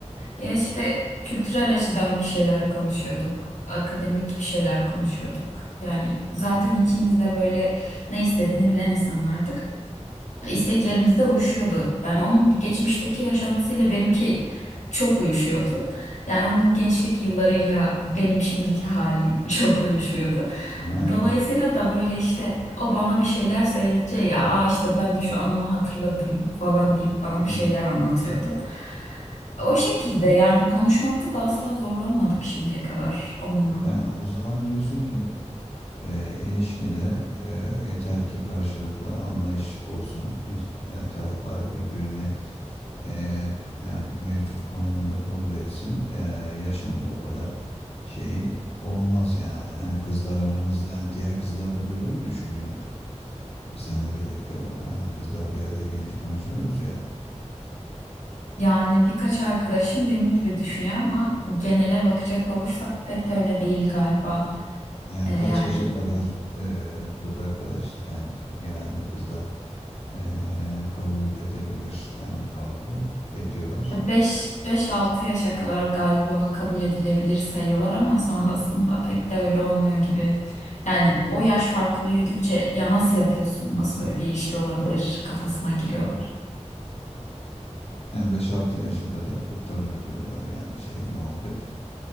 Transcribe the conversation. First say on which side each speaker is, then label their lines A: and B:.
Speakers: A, on the left; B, on the left.
A: Ya işte kültürel açıdan bir şeyler konuşuyorduk, akademik bir şeyler konuşuyorduk. Yani zaten ikimiz de böyle ne istediğini bilen insanlardık. isteklerimiz de uyuşuyordu. Yani onun geçmişteki yaşantısıyla benimki çok uyuşuyordu. Yani onun gençlik yıllarıyla benim şimdiki halim <laughs> çok uyuşuyordu.
B: Ha.
A: Dolayısıyla da böyle işte o bana bir şeyler söyleyince ya "Aa işte ben de şu anımı hatırladım falan deyip bana
B: Hı.
A: bir şeyler anlatıyordu. O şekilde yani konuşmakta da asla zorlanmadık şimdiye kadar onunla.
B: Yani o zaman diyorsun ki E, ilişkide e, yeter ki karşılıklı anlayış olsun. İns- Yani taraflar birbirini e, yani mevcut konumunda kabul etsin. E, yaşında o kadar şeyi olmaz yani. Hani kızlar aranızda yani diğer kızlar da böyle mi düşünüyor? E, Senle birlikte o- yani kızlar bir araya gelince konuşuyorsunuz ya.
A: Yani birkaç arkadaşım benim gibi düşünüyor ama genele bakacak olursak pek de öyle değil galiba.
B: Yani
A: E, yani
B: kaç yaşa kadar e, kız arkadaş yani genelde kızlar e, kabul edebilir yani farkı ediyorlar.
A: beş beş altı yaşa kadar galiba kabul edilebilir sayıyorlar ama sonrasında pek de öyle olmuyor gibi. Yani o yaş farkı büyüdükçe ya nasıl yapıyorsun, nasıl böyle bir ilişki olabilir kafasına giriyorlar.
B: Yani beş altı yaşa kadar kurtarır diyorlar yani şey muhabbet.